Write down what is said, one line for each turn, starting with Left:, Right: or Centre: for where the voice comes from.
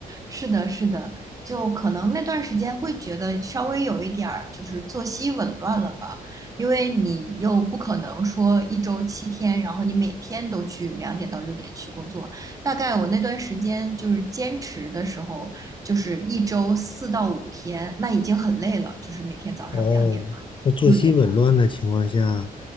Right: 是的，是的，就可能那段时间会觉得稍微有一点儿就是作息紊乱了吧，因为你又不可能说一周七天，然后你每天都去两点到六点去工作。大概我那段时间就是坚持的时候，就是一周四到五天，那已经很累了，就是每天早上两点到六点，
Left: 哦，那作息紊乱的情况下，